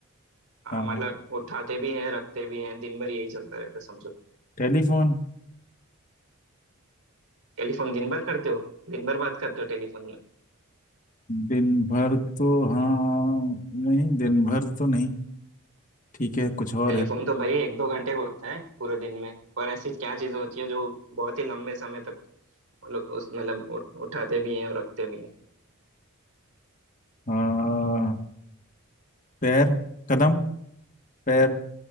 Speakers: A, on the right; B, on the left.
A: आ,
B: हाँ
A: मतलब उठाते भी हैं रखते भी हैं दिन भर यही चलता रहता है समझो
B: टेलीफोन
A: टेलीफोन दिन भर करते हो दिन भर बात करते हो टेलीफोन में
B: दिन भर तो हाँ नहीं दिन भर तो नहीं ठीक है कुछ और
A: टेलीफोन
B: है
A: तो भाई एक दो घंटे होता है पूरे दिन में पर ऐसी क्या चीज़ होती है जो बहुत ही लंबे समय तक मतलब उस मतलब उठ, उठाते भी हैं और रखते भी हैं
B: हाँ पैर कदम पैर